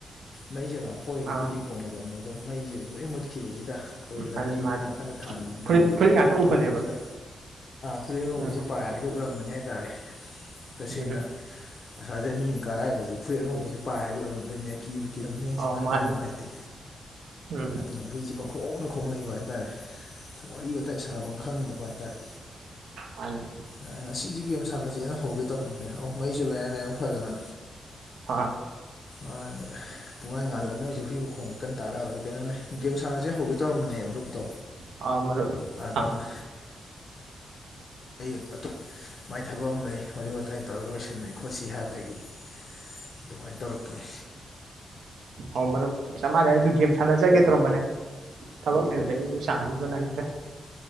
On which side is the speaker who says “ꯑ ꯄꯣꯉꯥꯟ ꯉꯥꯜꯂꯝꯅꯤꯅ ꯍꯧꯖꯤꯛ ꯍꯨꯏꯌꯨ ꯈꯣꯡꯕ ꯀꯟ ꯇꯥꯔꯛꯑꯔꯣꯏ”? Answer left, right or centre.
Left